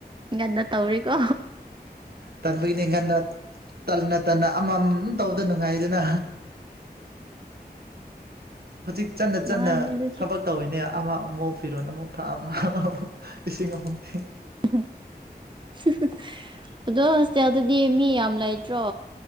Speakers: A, on the right; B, on the right.
A: ꯉꯟꯅ ꯇꯧꯔꯤꯀꯣ
B: ꯇꯟꯕꯒꯤꯅꯤ ꯉꯟꯅ ꯇꯟꯅ ꯇꯟꯅ ꯑꯃꯃꯝ ꯇꯧꯕꯗꯨ ꯅꯨꯡꯉꯥꯏꯗꯅ ꯍꯧꯖꯤꯛ ꯆꯠꯅ ꯆꯠꯅ
A: ꯃꯥꯅꯦ ꯑꯗꯨꯁꯨ
B: ꯊꯕꯛ ꯇꯧꯋꯤꯅꯦ ꯑꯃ ꯑꯃꯨꯛ ꯐꯤꯔꯣꯟ ꯑꯃꯨꯛ ꯊꯥ ꯑꯃ <unintelligible> ꯏꯁꯤꯡ ꯑꯃꯨꯛ ꯊꯛ
A: <unintelligible> <unintelligible> ꯑꯗꯣ ꯍꯣꯁꯇꯦꯜꯗꯗꯤ ꯃꯤ ꯌꯥꯝ ꯂꯩꯇ꯭ꯔꯣ